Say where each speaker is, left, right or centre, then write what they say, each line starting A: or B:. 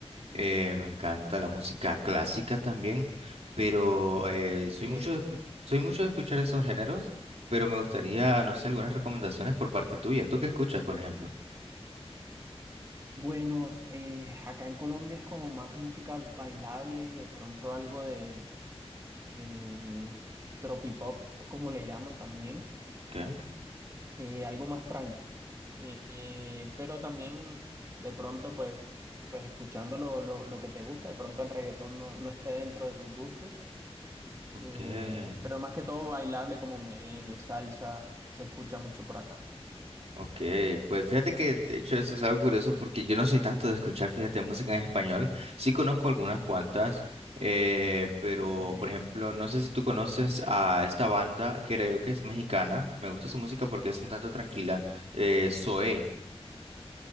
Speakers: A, on the right; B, on the right.
A: Eh, me encanta la música clásica también, pero eh,
B: Ok,
A: soy mucho de, escu- soy mucho de escuchar esos géneros, pero me gustaría, no sé, algunas recomendaciones por parte tuya. ¿Tú qué escuchas, por ejemplo?
B: bueno, eh, acá en Colombia es como más música bailable, de pronto algo de, de tropipop, como le llaman también,
A: ¿Qué?
B: eh, algo más tranqui. Eh, eh, pero también de pronto, pues, pues escuchando lo, lo, lo que te gusta, de pronto el reggaetón no, no esté dentro de tus gustos.
A: okay
B: Eh, pero más que todo bailable como merengue, salsa, se escucha mucho por acá.
A: okay Pues fíjate que de hecho eso es algo curioso porque yo no soy tanto de escuchar, fíjate, música en español. Sí conozco algunas cuantas, eh, pero
B: Ok.
A: por ejemplo, no sé si tú conoces a esta banda, creo que es mexicana. Me gusta su música porque es un tanto tranquila. Eh, Zoé.